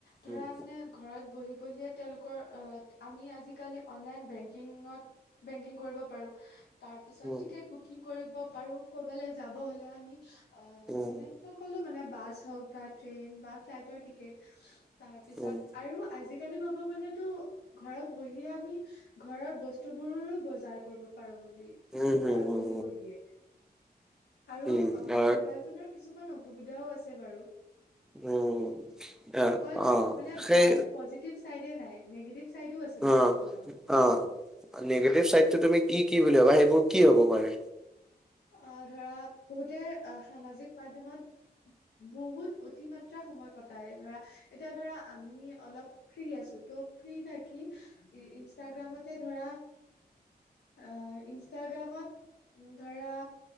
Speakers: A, on the left; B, in the centre.
A: ধৰা
B: উম,
A: মানে ঘৰত বহি বহিয়ে তেওঁলোকৰ অ', আমি আজিকালি অনলাইন বেংকিঙত বেংকিং কৰিব পাৰোঁ, তাৰপিছত
B: উম,
A: টিকেট বুকিং কৰিব পাৰোঁ। ক'বালে যাব হ'লে আমি অ',
B: উম, উম,
A: মানে সকলো মানে বাছ হওঁক, বা ট্ৰেইন বা ফ্লাইটৰ টিকেট। তাৰপিছত
B: উম, উম,
A: আৰু আজি আজিকালি কব গলেতো ঘৰত বহিয়ে আমি ঘৰৰ বস্তু বোৰৰো বজাৰ কৰিব পাৰো বুলি
B: হুম,
A: মানে
B: হুম,
A: ঘৰত
B: হুম,
A: বহি বহিয়ে। আৰু
B: উম, আহ,
A: মোবাইল ফোনৰ কিছুমান অসুবিধাও আছে বাৰু
B: উম, আহ,
A: অকল
B: অ',
A: মানে
B: সেই
A: ভাল পজিটিভ চাইডে নাই। নিগেটিভ চাইডো আছে মোবাইল
B: অ,
A: ফোনৰ।
B: অ নিগেটিভ চাইডটো তুমি কি, কি বুলি ভবা। সেইবোৰ কি হ'ব পাৰে?
A: আহ ধৰা বহুতে সামাজিক মাধ্যমত বহুত অতিমাত্ৰা সময় কটাই ধৰা এতিয়া ধৰা আমি অলপ ফ্ৰী আছো যত ফ্ৰী থাকি ইনষ্টাগ্ৰামতে ধৰা অ' ইনষ্টাগ্ৰামত উ ধৰা